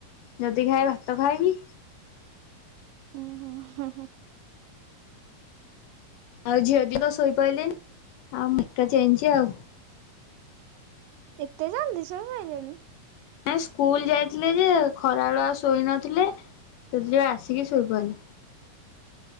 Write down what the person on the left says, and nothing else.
ଯଦି ଖାଇ ଭାତ ଖାଇବି।
ଆଉ ଝିଅଟି ତ ଶୋଇପଇଲେନି ଆଉ ମୁଁ ଏକା ଚେଇଁଚି ଆଉ।
ସ୍କୁଲ ଯାଇଥିଲେ ଯେ ଖରାବେଳୁଆ ଶୋଇ ନଥିଲେ। ସେଥି ଯୋଗୁ ଆସିକି ଶୋଇପନି।